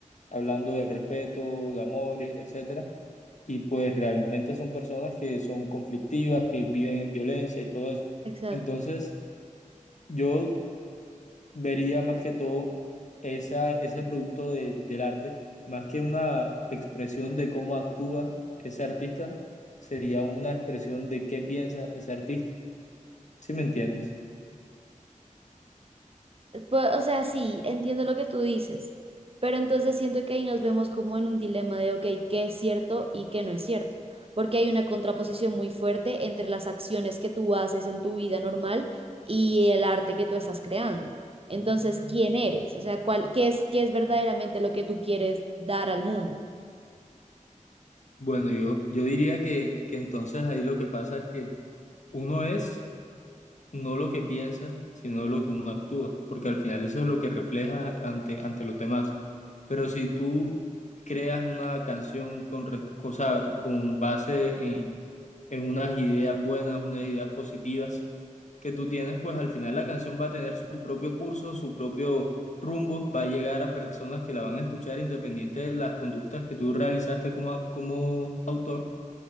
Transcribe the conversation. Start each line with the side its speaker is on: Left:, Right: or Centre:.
Left: hablando de respeto, de amor, etcétera, y pues realmente son personas que son conflictivas, que viven en violencia y todo eso.
Right: Exacto.
Left: Entonces, yo vería más que todo esa, ese producto de- del arte, más que una expresión de cómo actúa ese artista, sería una expresión de qué piensa ese artista. ¿Sí me entiendes?
Right: Pues, o sea, sí, entiendo lo que tú dices, pero entonces siento que ahí nos vemos como en un dilema de, ok, ¿qué es cierto y qué no es cierto? Porque hay una contraposición muy fuerte entre las acciones que tú haces en tu vida normal y el arte que tú estás creando. Entonces, ¿quién eres? O sea, ¿cuál, qué es, qué es verdaderamente lo que tú quieres dar al mundo?
Left: Bueno, yo, yo diría que, que entonces ahí lo que pasa es que uno es no lo que piensa, sino lo que uno actúa, porque al final eso es lo que refleja ante, ante los demás. Pero si tú creas una canción con, res- o sea, con base en, en unas ideas buenas, unas ideas positivas que tú tienes, pues al final la canción va a tener su propio curso, su propio rumbo, va a llegar a personas que la van a escuchar independiente de las conductas que tú realizaste como, como autor